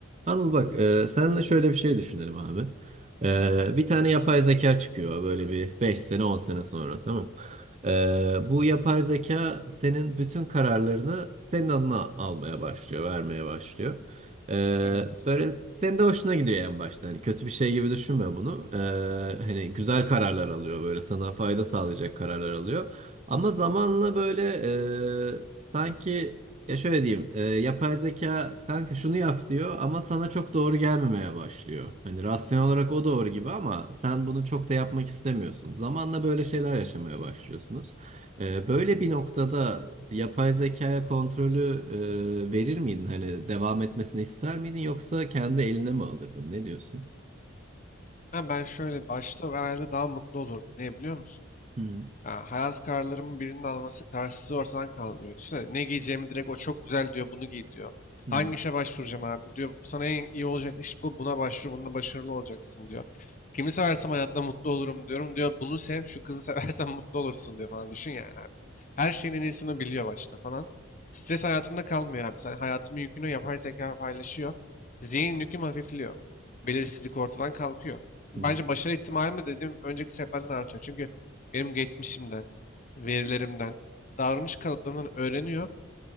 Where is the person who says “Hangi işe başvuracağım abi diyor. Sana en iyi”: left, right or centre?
Left